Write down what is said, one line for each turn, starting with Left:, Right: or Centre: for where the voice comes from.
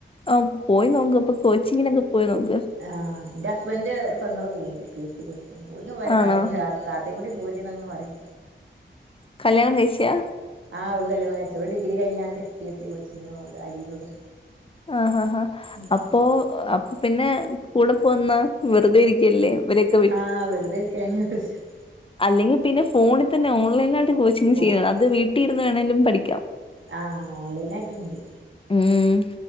Left: ആഹ് പോയി നോക്ക് ഇപ്പൊ കൊച്ചിങ്ങിനൊക്കെ പോയി നോക്ക്
Right: ആ എന്റെ ഹസ്ബൻഡ് പെങ്ങള് പോവുണ്ട് പി എസ് സി കൊച്ചിങിന് പോവുന്ന വഴി
Left: ആണോ
Right: താഴന്നെ താ താ ഇത്തേം കൂടി പോര്ന്നങ് പറയും
Left: കല്യാണം കഴിച്ചയ
Right: ആഹ് അവള് കല്യാണം കയ്ച്ച ഒരു ഡിഗ്രി കഴിഞ്ഞാണ്ട് പി എസ് സി കോച്ചിങ് പോണ്ട് അരീക്കോട്
Left: ആഹ ഹാ
Right: ഉം
Left: അപ്പോ അപ്പ പിന്നെ കൂടെ പോന്നാ വെറുതെ ഇരിക്കല്ലേ ഇവരൊക്കെ
Right: ആഹ് വെറുതെ ഇരിക്ക <inaudible>
Left: അല്ലെങ്കി പിന്നെ ഫോണിതന്നെ ഓൺലൈനായിട്ട് കോച്ചിങ്
Right: ഫോണില്
Left: ചെയ്യാ. അത് വീട്ടി ഇരുന്ന് വേണെലും പഠിക്കാം
Right: ആ ഓൺലൈനായിട്ടുണ്ട്
Left: ഉം